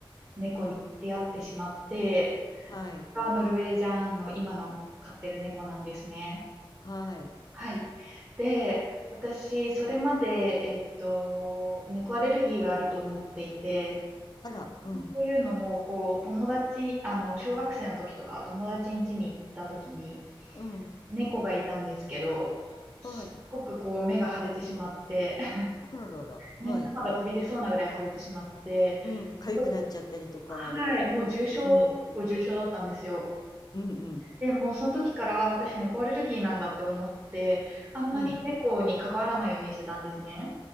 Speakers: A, on the right; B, on the left.
A: 猫に出会ってしまって、
B: うん。はい。
A: がノルウェージャンの今の飼ってる猫なんですね。
B: はい。
A: はい。で、私、それまで、えっと、猫アレルギーがあると思っていて、
B: あら、うん。
A: というのも、こう、友達、あの、小学生の時とか、友達ん家に行った時に、
B: うん。
A: 猫がいたんですけど、すっごくこう、
B: はい。
A: 目が腫れてしまって、<laughs>
B: あららら。はい。
A: 目ん玉が飛び出そうなぐらい腫れてしまって、
B: うん。痒くなっちゃったりとか。
A: ここはい、もう重症結構重症だったんですよ。
B: うん。うんうん。
A: で、もうその時から、あ、私猫アレルギーなんだって思って、あんまり猫に関わらないようにしてたんですね。
B: うん。